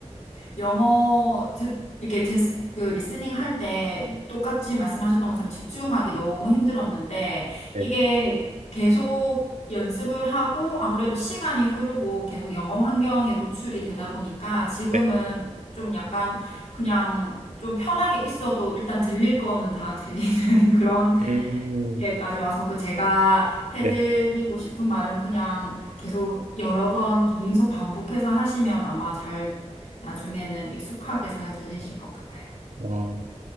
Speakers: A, on the left; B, on the right.
A: 영어 듣, 이렇게 듣 그 리스닝 할 때 똑같이 말씀하셨던 것처럼 집중하기 너무 힘들었는데
B: 네,
A: 이게 계속 연습을 하고 아무래도 시간이 흐르고 계속 영어 환경에 노출이 되다 보니까 지금은
B: 네.
A: 좀 약간 그냥 좀 편하게 있어도 일단 들릴 거는 다 들리는 <laughs> 그런
B: 음,
A: 이렇게까지 와서 그 제가 해드리고
B: 네.
A: 싶은 말은 그냥 계속 여러 번 계속 반복해서 하시면 아마 잘 나중에는 익숙하게 잘 들리실 것 같아요.
B: 어,